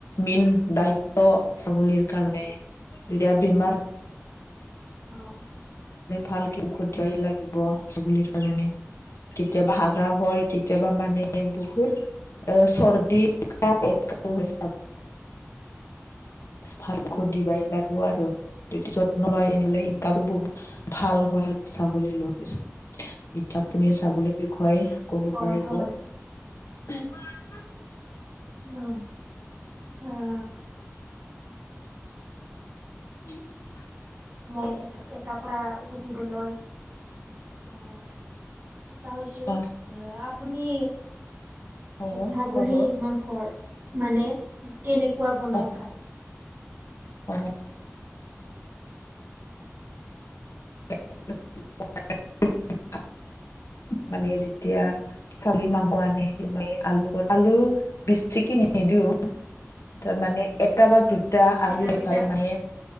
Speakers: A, on the left; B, on the right.
A: মেইন দায়িত্ব। ছাগলীৰ কাৰণে যেতিয়া বেমাৰ
B: অ'।
A: ভালকে ঔষধ <unintelligible> লাগিব ছাগলীৰ কাৰণে। কেতিয়া হাগা হয় কেতিয়া বা মানে বহুত চৰ্দি <unintelligible> ভাল ঔষধ দিবাই লাগিব আৰু <unintelligible> নলয় এনেহ'লে ইনকামো বহুত ভাল হয় আৰু চা গলী লোৱা পিছত, এতিয়া আপুনি ছাগলীক বিষয় কব
B: হয়
A: পাৰিব?
B: হয়
A: <inaudible>
B: অ', আহ
A: <unintelligible>
B: মই এ-এটা <unintelligible> সুধিবলৈ আহ ইচ্ছা হৈছোঁ,
A: অ
B: আহ, আপুনি
A: হ'ব
B: ছাগলী
A: হ'ব
B: মাংসৰ মানে কেনেকুৱা বনাই
A: অ
B: খায়?
A: <unintelligible> <unintelligible> মানে যেতিয়া চাগলি মাংস আনে <unintelligible> আলু আলু বেছি কে নিদিও তাৰ মানে এটা বা দুটা আলু
B: এটা দুইটা
A: পাই মানে